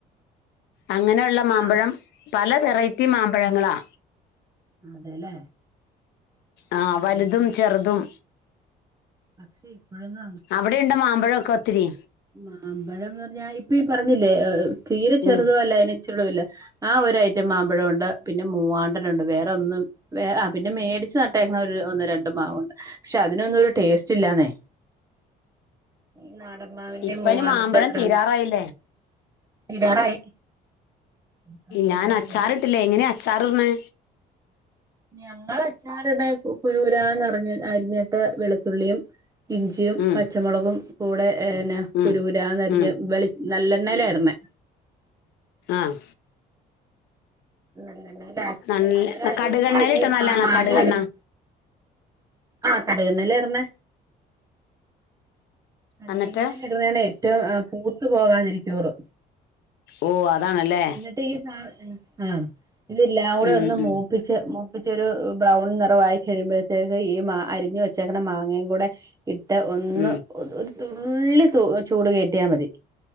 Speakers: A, on the left; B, on the right.
A: അങ്ങനെയുള്ള മാമ്പഴം
B: ആഹ്
A: പല വെറൈറ്റി മാമ്പഴങ്ങളാ!
B: അതെല്ലേ!
A: ആഹ്
B: ഓ
A: വലുതും,
B: നല്ല,
A: ചെറുതും
B: പക്ഷെ ഇപ്പയൊന്നും-
A: അവിടെയുണ്ടോ മാമ്പഴെക്കൊത്തിരി?
B: മാമ്പഴം എന്ന് പറഞ്ഞാ ഇപ്പയീ പറഞ്ഞില്ലേ തീരെ ചെറുതുവല്ല
A: ഉം
B: അയിന്ച്ചിരൂടെ വലുത് ആ ഒരൈറ്റം മാമ്പഴവുണ്ട് പിന്നെ മൂവാണ്ടനാണ്ട് വേറൊന്നും വേറ ആ പിന്നെ മേടിച്ച് നട്ടേക്കണ ഒരു ഒന്ന് രണ്ടു മാവുണ്ട് പക്ഷെ അതിനൊന്നും ഒരു ടേസ്റ്റ് ല്ലാന്നെ ഈ നാടന്മാവിന്റെ
A: ഇപ്പ
B: മൂവാണ്ടന്റെ
A: ഇനി മാമ്പഴം
B: തീരാറായി
A: തീരാറായില്ലേ
B: അപ്പം
A: ഞാനച്ചാറിട്ടില്ല
B: എല്ലാ പിന്നെ
A: എങ്ങനെയാ അച്ചാറിടണെ?
B: ഞങ്ങളച്ചാറ്ടാ കുനുകൂനാന്ന് അരിഞ്ഞിട്ട് വെളുത്തുള്ളിയും, ഇഞ്ചിയും,
A: ഉം
B: പച്ചമുളകും, കൂടെന്നെ
A: ഉം
B: കുനുകുനാന്നെരിഞ്ഞ്
A: ഉം
B: വെളിച്ച നല്ലെണ്ണയിലാണ്ടെ
A: ആഹ്!
B: നല്ലെണ്ണയിലാ
A: നല്ല
B: അങ്ങനെ അയ്ന്
A: കടുകെണ്ണയിലിട്ടാ
B: മുമ്പ് ആ ഈ
A: നല്ലതാണോ
B: മാങ്ങെയെരിഞ്
A: കടുകെണ്ണ?
B: ആഹ് കട്കെണ്ണയിലാട്ന്നെ? കടുകണ്ണേല്ട്
A: എന്നിട്ട്
B: വേണ് ഏറ്റും പൂത്ത് പോകാതിരിക്കോള്ളു
A: ഓ അതാണല്ലേ?
B: ആഹ ഇല്ലില്ലാ അവിടെയൊന്നും
A: ഉം ഉം
B: മൂപ്പില്ല മൂപ്പിച്ച് മൂപ്പിച്ചൊരു ബ്രൗൺ നിറവായി കഴിയുമ്പഴത്തേക്ക് ഈ മാ അരിഞ് വെച്ചേക്ക്ണ മാങ്ങയും കൂടെ യിട്ട് ഒന്ന്
A: ഉം
B: ഒരു തുള്ളി ചൂട് കേറ്റിയാ മതി